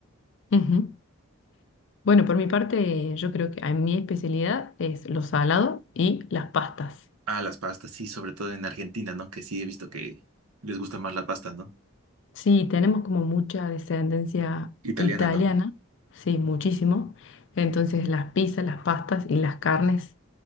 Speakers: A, on the left; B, on the right.
A: Ujú. Bueno, por mi parte, yo creo que a mi especialidad es lo salado y las pastas.
B: Ah, las pastas, sí, sobre todo en Argentina, ¿no? Que sí he visto que les gusta más la pasta, ¿no?
A: Sí, tenemos como mucha descendencia
B: Italiana,
A: italiana,
B: ¿no?
A: sí, muchísimo. Entonces las pizzas, las pastas y las carnes